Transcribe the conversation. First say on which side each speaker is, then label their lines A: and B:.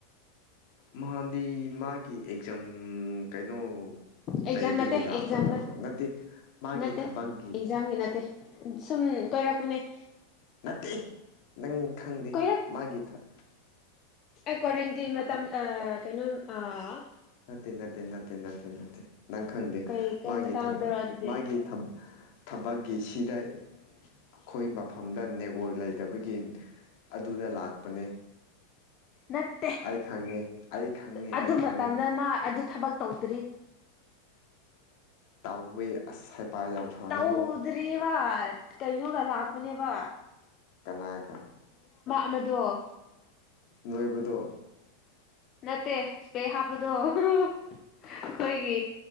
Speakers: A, on the left (about 50°); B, on the left (about 30°).
A: ꯃꯥꯥꯟꯗꯤ ꯃꯥꯒꯤ ꯑꯦꯛꯖꯥꯝ ꯀꯩꯅꯣ
B: ꯑꯦꯛꯖꯥꯝ
A: ꯂꯩꯕꯒꯤ
B: ꯅꯠꯇꯦ
A: ꯂꯥꯛꯄ
B: ꯑꯦꯛꯖꯥꯝ
A: ꯅꯠꯇ꯭ꯔꯣ ꯅꯠꯇꯦ ꯃꯥꯒꯤ
B: ꯅꯠꯇꯦ
A: ꯊꯕꯛꯀꯤ
B: ꯑꯦꯛꯖꯥꯝꯒꯤ ꯅꯠꯇꯦ ꯁꯨꯝ ꯀꯣꯏꯔꯛꯄꯅꯦ
A: ꯅꯠꯇꯦ ꯅꯪ ꯈꯪꯗꯦ
B: ꯀꯣꯏꯔꯛ
A: ꯃꯥꯒꯤ ꯊꯛ
B: ꯑꯦ ꯀꯦꯟꯗꯤ ꯑ ꯀꯩꯅꯣ ꯋꯥꯥ
A: ꯅꯠꯇꯦ ꯅꯠꯇꯦ ꯅꯠꯇꯦ ꯅꯠꯇꯦ ꯅꯠꯇꯦ ꯅꯪ ꯈꯪꯗꯦ
B: ꯀꯩ ꯀꯩ
A: ꯃꯥꯒꯤ
B: ꯃꯇꯥꯡꯗꯔꯣ
A: ꯊꯕꯛ
B: ꯑꯗꯨꯗꯤ
A: ꯃꯥꯒꯤ ꯊꯕꯛ ꯒꯦꯁꯤꯗ ꯑꯩꯈꯣꯏ ꯃꯐꯝꯗ ꯅꯦꯋꯥꯛ ꯂꯩꯇꯕꯒꯤ ꯑꯗꯨꯗ ꯂꯥꯛꯄꯅꯦ
B: ꯅꯠꯇꯦ
A: ꯑꯩ ꯈꯪꯉꯦ ꯑꯩ ꯈꯪꯉꯦ
B: ꯑꯗꯨ
A: ꯑꯩ ꯈꯪꯉꯦ
B: ꯃꯇꯝꯗ ꯃꯥ ꯑꯗꯨ ꯊꯕꯛ ꯇꯧꯗ꯭ꯔꯤ
A: ꯇꯥꯎꯋꯦ ꯑꯁ ꯌꯥꯝ ꯁꯥꯅꯨꯀꯣ
B: ꯇꯧꯗ꯭ꯔꯤꯔꯤꯕ ꯀꯩꯅꯣꯒ ꯂꯥꯛꯄꯅꯦꯕ
A: ꯀꯅꯥꯒ
B: ꯃꯗꯣ
A: ꯅꯣꯏꯕꯗ
B: ꯅꯠꯇꯦ ꯏꯁꯄꯦ ꯍꯥꯞꯄꯗꯣ ꯑꯩꯈꯣꯏꯒꯤ